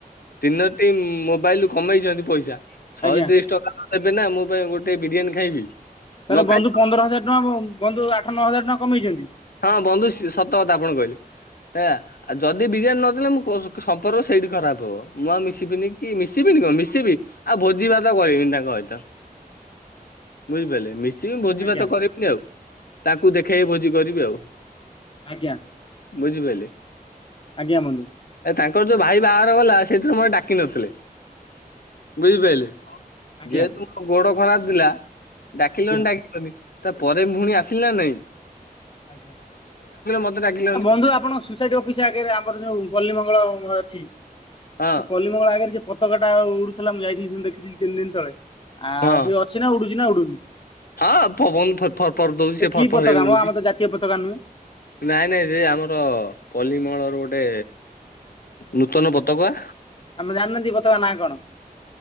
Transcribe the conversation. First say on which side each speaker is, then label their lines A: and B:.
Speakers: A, on the left (about 75°); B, on the left (about 35°).
A: ତିନୋଟି ମୋବାଇଲରୁ କମେଇଛନ୍ତି ପଇସା। ଶହେ
B: ଆଜ୍ଞା
A: ତିରିଶ ଟଙ୍କା ଦେବେ ନା ମୋ ପାଇଁ ଗୋଟେ ବିରିୟାନୀ ଖାଇବି।
B: ତାହେଲେ
A: ନ ଖାଇ
B: ବନ୍ଧୁ ପନ୍ଦର ହଜାର୍‌ ଟଙ୍କା ବନ୍ଧୁ ଆଠ ନଅ ହଜାର ଟଙ୍କା କମେଇଛନ୍ତି।
A: ହଁ ବନ୍ଧୁ ସତ କଥା ଆପଣ କହିଲେ ଏୟା। ଆଉ ଯଦି ବିରିୟାନି ନ ଦେଲେ ମୋ ସମ୍ପର୍କ ସେଇଠି ଖରାପ ହବ ମୁଁ ଆଉ ମିଶିବିନି କି ମିଶିବିନି କଣ ମିଶିବି। ଆଉ ଭୋଜି ଭାତ କରିବିନି ତାଙ୍କ ସହିତ ବୁଝିପାରିଲେ। ମିଶିବି ଭୋଜି
B: ଆଜ୍ଞା
A: ଭାତ କରିବିନି ଆଉ ତାଙ୍କୁ ଦେଖେଇ ଭୋଜି କରିବି ଆଉ।
B: ଆଜ୍ଞା
A: ବୁଝିପାଇଲେ କି?
B: ଆଜ୍ଞା ବନ୍ଧୁ।
A: ଏ ତାଙ୍କର ଯୋଉ ଭାଇ ବାହାଘର ଗଲା ସେଥିରେ ମତେ ଡ଼ାକି ନଥିଲେ ବୁଝିପାରିଲେ।
B: ଆଜ୍ଞା
A: ଯେହେତୁ ମୋ ଗୋଡ଼ ଖରାପ ଥିଲା ଡ଼ାକିଲନି
B: ଆଜ୍ଞା
A: ଡ଼ାକିଲନି। ତା ପରେବି ପୁଣି ଆସିଲି ନା ନାହିଁ।
B: ଆଜ୍ଞା
A: ମତେ ଡାକିଲନି।
B: ଆ ବନ୍ଧୁ ଆପଣ ସେଠୁ ଅଫିସ୍‌ଆଗରେ ଆମର ଯୋଉ ପଲ୍ଲୀ ମଙ୍ଗଳା ଅଛି।
A: ହଁ
B: ଆଗରେ ସେ ପତକା ଟା ଉଡୁଥିଲା ମୁଁ ଯାଇଥିଲି ସେ ଦେଖିଥିଲି ତିନି ଦିନ ତଳେ ଆଉ
A: ହଁ
B: ସେଇଟା ଉଡ଼ୁଛି ନା ଉଡୁନି।
A: ହଁ ପବନ ଫର୍ ଫର୍ ଦୋଉଛି ସେ
B: କି
A: ଫର ଫର
B: ପତାକା
A: ହେଇକି ଉଡୁଛି।
B: ମ ଆମର ତ ଜାତୀୟ ପତାକା ନୁହଁ।
A: ନାଇଁ ନାଇଁ ରେ ଆମର ପଲ୍ଲିମଙ୍ଗଳ ର ଗୋଟେ ନୂତନ ପତକା।
B: ଆମେ ଜାଣିନାହାନ୍ତି ପତକା ନାଁ କଣ?